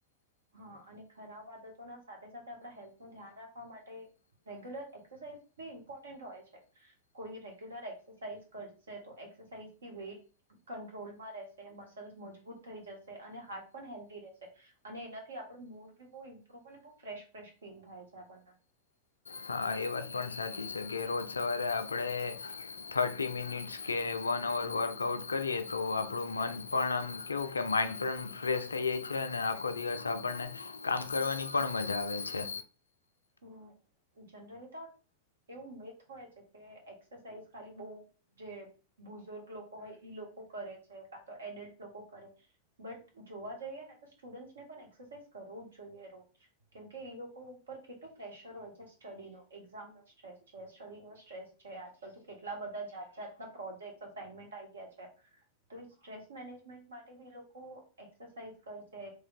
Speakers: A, on the right (about 65°); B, on the left (about 75°).
A: હા, અને ખરાબ આદતો ના સાથે સાથે આપણા હેલ્થ નું ધ્યાન રાખવા માટે રેગ્યુલર એક્સરસાઇઝ બી ઇમ્પોર્ટન્ટ હોય છે‌. કોઈ રેગ્યુલર એક્સરસાઇઝ કરશે તો, એક્સરસાઇઝથી વેટ કટ્રોલમાં રહેશે, મસલ્સ મજબૂત થઈ જશે અને હાર્ટ પણ હેલ્ધી રહેશે અને એના થી આપણ મૂડ બી બહુ ઇમ્પ્રુવ અને બહુ ફેશ ફેશ ફીલ થાય છે આપણને
B: હા, એ વાત પણ સાચી છે કે રોજ સવારે આપણે થર્ટી મિનિટ્સ કે વન અવર વર્કઆઉટ કરીએ તો, આપણું મન પણ આમ કેવું કે, માઇન્ડ પણ ફ્રેશ થઈ જાય છે અને આખો દિવસ આપણને કામ કરવાની પણ મજા આવે છે.
A: હમ, જનરલી તો એવું મેથ હોય છે કે એક્સરસાઇઝ ખાલી બ જે બુઝુર્ગ લોકો હોય, ઈ લોકો કરે છે કાં તો એડલ્ટ લોકો કરે. બટ જોવા જઈએ ને તો, સ્ટુડન્ટસ ને પણ એક્સરસાઇઝ કરવો જ જોઈએ રોજ કેમકે એ લોકો ઉપર કેટલું પ્રેશર હોય છે, સ્ટડી નો, એક્ઝામ નો સ્ટ્રેસ છે, શરીર નો સ્ટ્રેસ છે. આજકાલ તો કેટલા બધા જાત જાતના પ્રોજેક્ટ, અસાઈનમેન્ટ આવી ગયા છે. તો સ્ટ્રેસ મેનેજમેન્ટ માટે બી એ લોકો એક્સરસાઇઝ કરશે